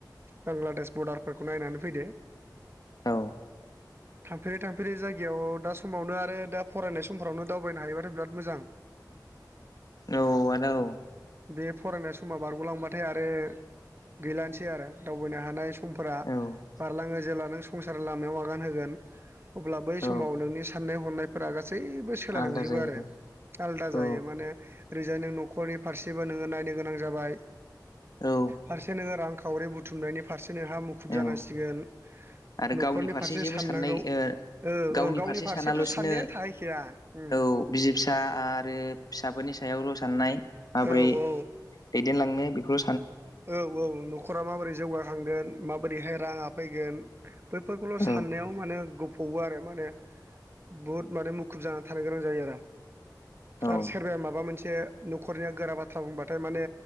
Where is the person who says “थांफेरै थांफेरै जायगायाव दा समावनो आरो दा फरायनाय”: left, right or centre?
Right